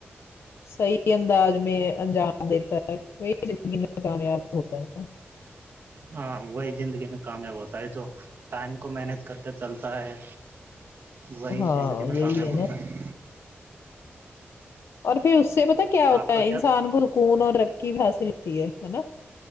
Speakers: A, on the left; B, on the right.
A: صحیح انداز میں انجام دیتا ہے وہی زندگی میں کامیاب ہوتا ہے
B: ہاں وہی زندگی میں کامیاب ہوتا ہے جو ٹائم کو مینج کر کے چلتا ہے وہی
A: ہاں
B: زندگی میں
A: یہی
B: کام ہے بولتا
A: نا
B: ہے
A: اور پھر اس سے پتا کیا ہوتا
B: آپ کا
A: ہے
B: کیا
A: انسان گ کون اور رقی بھی حاصل ہوتی ہے نا